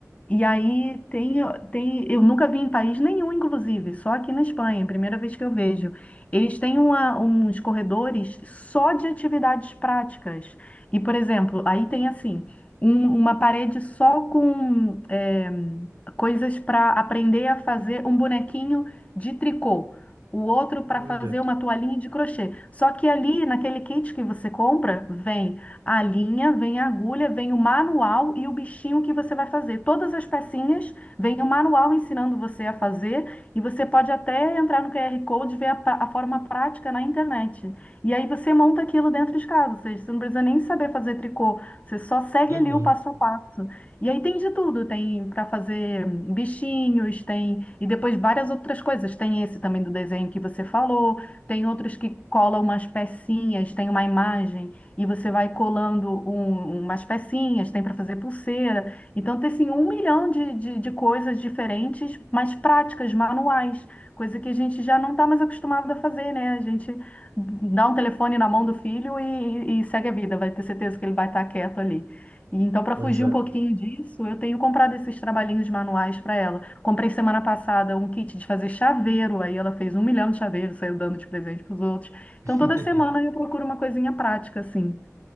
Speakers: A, on the left (about 25°); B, on the right (about 80°).
A: e aí tem, tem, eu nunca vi em país nenhum, inclusive, só aqui na Espanha, é a primeira vez que eu vejo. Eles têm uma- uns corredores só de atividades práticas. E, por exemplo, aí tem assim, um- uma parede só com eh, coisas para aprender a fazer um bonequinho de tricô o outro para
B: Olha.
A: fazer uma toalhinha de crochê. Só que ali, naquele kit que você compra, vem a linha, vem a agulha, vem o manual e o bichinho que você vai fazer. Todas as pecinhas, vem o manual ensinando você a fazer e você pode até entrar no QR Code e ver a, pra- a forma prática na internet. E aí você monta aquilo dentro de casa, ou seja, você não precisa nem saber fazer tricô, você só segue
B: Uhum.
A: ali o passo a passo. E aí tem de tudo, tem para fazer bichinhos, tem e depois várias outras coisas. Tem esse também do desenho que você falou, tem outros que colam umas pecinhas, tem uma imagem e você vai colando um- umas pecinhas, tem para fazer pulseira. Então tem assim um milhão de, de, de coisas diferentes, mas práticas, manuais, coisa que a gente já não está mais acostumado a fazer, né? A gente dá um telefone na mão do filho e, e segue a vida, vai ter certeza que ele vai estar quieto ali. Então, para
B: Pois
A: fugir
B: é.
A: um pouquinho disso, eu tenho comprado esses trabalhinhos manuais para ela. Comprei semana passada um kit de fazer chaveiro, aí ela fez um milhão de chaveiros, saiu dando de presente para os outros. Então,
B: <laughs>
A: toda semana eu procuro uma coisinha prática, assim.